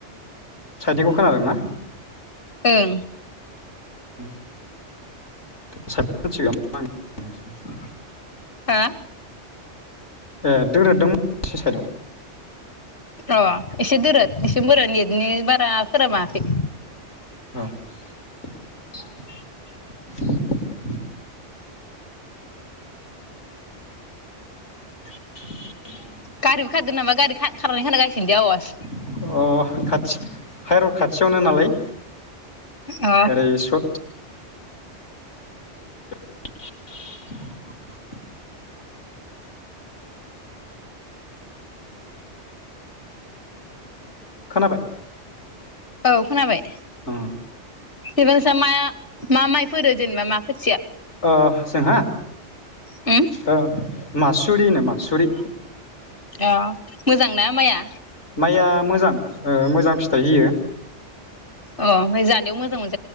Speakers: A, on the left; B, on the left.
A: सायथनिखौ खोनादों ना
B: ओं
A: <unintelligible>
B: हो
A: ए दोरोदोंमोन इसे साइदआव
B: अ एसे दोरद एसे बोरा नेथनि बारा खोना बांङाखै
A: औ <inaudible>
B: गारिबो खारदो नामा गारि खार खारनाय खोनागासिनो दे आवास
A: अ खाथि हायरड खाथियावनो नालाय
B: अ
A: ओरै स <inaudible> <inaudible> खोनाबाय
B: औ खोनाबाय
A: ओं
B: बेबांसा माया मा माइफोरो जेनेबा मा फोदो
A: अ जोंहा
B: उम
A: ओ मासुरिनो मासुरि
B: अ मोजांना माइया
A: माइया मोजां ओ मोजां फिथाइ होयो
B: अ ओमफाय जानायाव मोजां मोनजा